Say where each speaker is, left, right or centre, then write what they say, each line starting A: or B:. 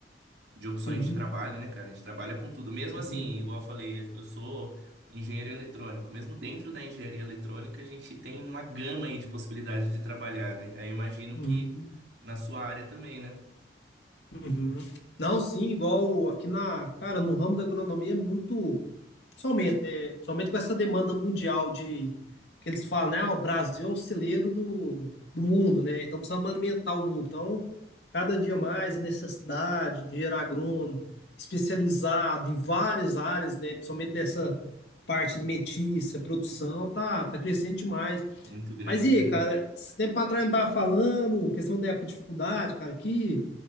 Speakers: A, on the right; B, on the left.
A: de opções
B: sim.
A: de trabalho, né, cara? A gente trabalha com tudo. Mesmo
B: Uhum,
A: assim, igual eu falei, eu sou engenheiro eletrônico. Mesmo dentro da engenharia eletrônica, a gente tem uma gama aí de possibilidades de trabalhar, né? Aí eu imagino
B: uhum,
A: que na sua área também, né?
B: uhum. Não, sim, igual aqui na, cara, no ramo da agronomia é muito. Somente, é, somente com essa demanda mundial de que eles falam, né? ah, o Brasil é o celeiro do, do mundo, né? Então precisamos alimentar o mundo. Então, cada dia mais a necessidade de gerar agrônomo especializado em várias áreas, né? Principalmente dessa parte alimentícia, produção, tá, tá crescendo demais.
A: Muito grande,
B: Mas e
A: né?
B: aí, cara, esse tempo atrás eu não tava falando, questão da época de dificuldade, cara, que,